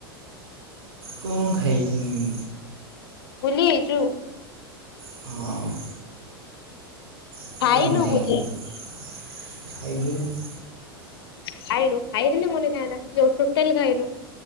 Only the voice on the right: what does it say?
କଣ ଖାଇଥିନି?
ହଁ। <unintelligible>